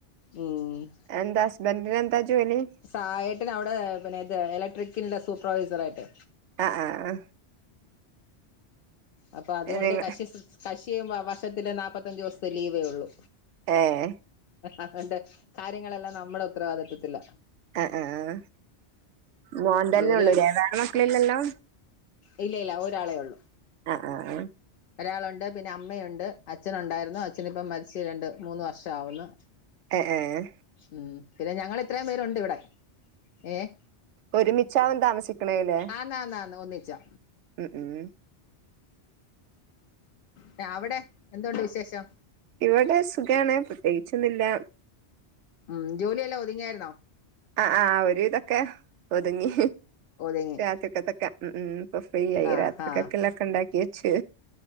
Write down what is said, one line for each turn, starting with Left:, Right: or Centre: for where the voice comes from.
Left: ഉം.
Right: എന്താ ഹസ്ബന്റിന് എന്താ ജോലി.
Left: സായേട്ടന അവിടെ പിന്നെ ഇത് ഇലക്ട്രിക്കിന്റ സൂപ്പർവൈസർ ആയിട്ട്.
Right: അഹ് അഹ് ആഹ്
Left: അപ്പൊ അതുകൊണ്ട്
Right: നിങ്ങ
Left: കഷി കഷി വർഷത്തില് നാ പ്പത്തഞ്ച് ദിവസത്തെ ലീവേ ഉള്ളൂ.
Right: ഏ
Left: അതുകൊണ്ട് കാര്യങ്ങളെല്ലാം നമ്മടെ ഉത്തരവാദിത്വത്തില.
Right: അഹ് ആഹ് മോൻ തന്നെ
Left: ജോലി
Right: ഉള്ളൂ ലേവേറെ മക്കളില്ലെല്ലോ.
Left: ഇല്ല ഇല്ല ഒരാളേ ഉള്ളു.
Right: ആഹ് ആഹ്
Left: ഒരാളുണ്ട് പിന്നെ അമ്മയുണ്ട് അച്ഛനുണ്ടായിരുന്നു അച്ചനിപ്പം മരിച്ച് രണ്ട് മൂന്ന് വർഷംമാവുന്നു.
Right: എഹ് എഹ് ഏഹ്
Left: ഉം പിന്നെ ഞങ്ങളിത്രയും പേരുണ്ട് ഇവിടെ ഏഹ്.
Right: ഒരുമിച്ചാണോ താമസിക്കണേലേ
Left: ആന്നന്നന്ന് ഒന്നിച്ചാ.
Right: ഉം ഉം
Left: ന്നെ അവിടെ എന്തുണ്ട് വിശേഷം.
Right: ഇവിടെ സുഗാണ് പ്രത്യേകിച്ചൊന്നുല്ല.
Left: ഉം ജോലിയെല്ലാം ഒതുങ്ങിയായിരുന്നോ.
Right: അഹ് ആഹ് ഒരു വിതൊക്കെ ഒതുങ്ങി
Left: ഒതുങ്ങി
Right: രാത്രിക്കത്തൊക്കെ. ഉം ഉം ഇപ്പൊ ഫ്രീ ആയി
Left: ആ
Right: രാത്രി
Left: ആ
Right: കൊക്കെല്ലൊക്കെ ണ്ടാക്കിയെച്ച്